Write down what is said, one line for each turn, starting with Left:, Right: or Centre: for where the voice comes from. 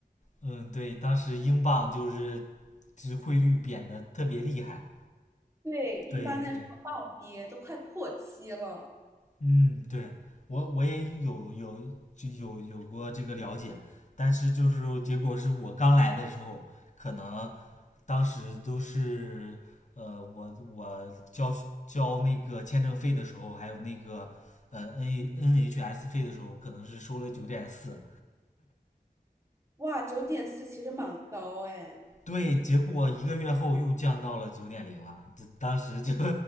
Left: 嗯，对，当时英镑就是就是汇率贬的特别厉害。
Right: 对，一般那时候暴跌都快破七了，
Left: 对对，嗯，对我我也有有就有有过这个了解，但是就是结果是我刚来的时候，可能当时都是呃我我交交那个签证费的时候，还有那个呃 N N H S 费的时候，可能是收了九点四，
Right: 哇，九点四其实蛮高哎。
Left: 对，结果一个月后又降到了九点零了，这当时就